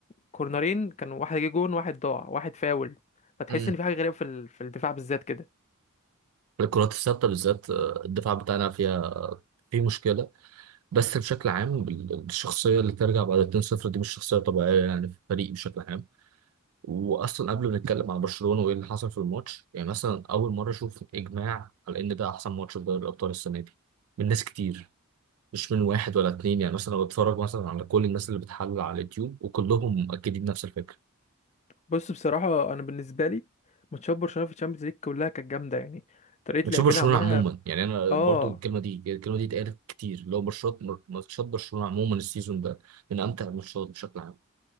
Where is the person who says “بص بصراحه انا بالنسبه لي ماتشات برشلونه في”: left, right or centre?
Left